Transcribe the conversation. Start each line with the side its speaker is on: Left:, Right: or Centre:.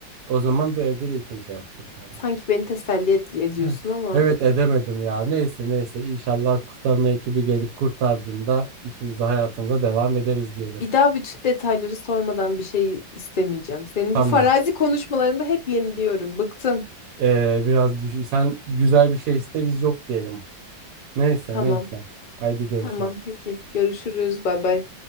Right: o zaman bu evde de kimse yoktur falan.
Left: Sanki beni teselli et- ediyorsun
Right: <laughs>
Left: ama
Right: Evet edemedim ya. Neyse neyse inşallah kurtarma ekibi gelip kurtardığında işimize hayatımıza devam ederiz diyelim.
Left: bir daha bütün detayları sormadan bir şey istemeyeceğim. Senin
Right: Tamam.
Left: bu farazi konuşmalarında hep yeniliyorum. Bıktım.
Right: Ee, biraz düşün. Sen güzel bir şey iste biz yok diyelim. Neyse
Left: Tamam.
Right: neyse. Haydi görüşürüz.
Left: Tamam peki. Görüşürüz. Bay bay.